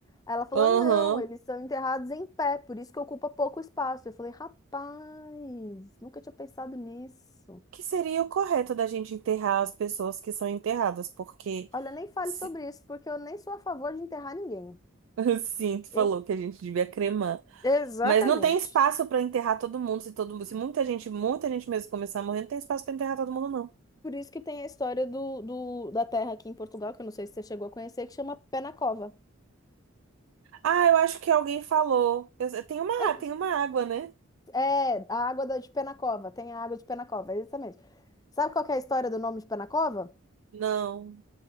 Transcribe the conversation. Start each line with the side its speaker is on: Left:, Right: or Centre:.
Left: Aí Ela falou,
Right: Uhum.
Left: não, eles são enterrados em pé, por isso que ocupa pouco espaço. Eu falei, rapaz, nunca tinha pensado nisso.
Right: Que seria o correto da gente enterrar as pessoas que são enterradas, porque
Left: Olha, nem fale
Right: se-
Left: sobre isso, porque eu nem sou a favor de enterrar ninguém.
Right: <laughs> sim, tu
Left: Eu
Right: falou que a gente devia cremar.
Left: Exatamente.
Right: Mas não tem espaço pra enterrar todo mundo, se todo mundo, se muita gente, muita gente mesmo começar a morrer, não tem espaço pra enterrar todo mundo, não.
Left: Por isso que tem a história do, do- da terra aqui em Portugal, que eu não sei se você chegou a conhecer, que chama Pé na Cova.
Right: Ah, eu acho que alguém falou. Eu, eu- tem uma,
Left: Ah,
Right: tem uma água, né?
Left: É, a água da- de Pé na Cova, tem a água de Pé na Cova, é exatamente. Sabe qual que é a história do nome de Pé na Cova?
Right: Não.